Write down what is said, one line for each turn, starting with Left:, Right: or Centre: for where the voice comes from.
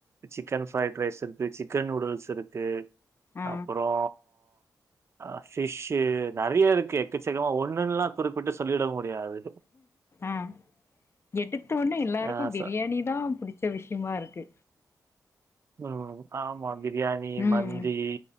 Right: சிக்கன் ஃப்ரைட் ரைஸ் இருக்கு சிக்கன் நூடுல்ஸ் இருக்கு
Left: ஆ
Right: அப்பரோ அஹ் ஃபிஷ் நெறைய இருக்கு எக்கச்சக்கமா ஒண்ணுல்லாம் குறிப்பிட்டு சொல்லிட முடியாது.
Left: ஆஹ் எடுத்தவுட்னே எல்லாருக்கும்
Right: அ ச
Left: பிரியாணி தான் புடிச்ச விஷயமா இருக்கு
Right: உம் ஆமா பிரியாணி
Left: ம்
Right: மந்தி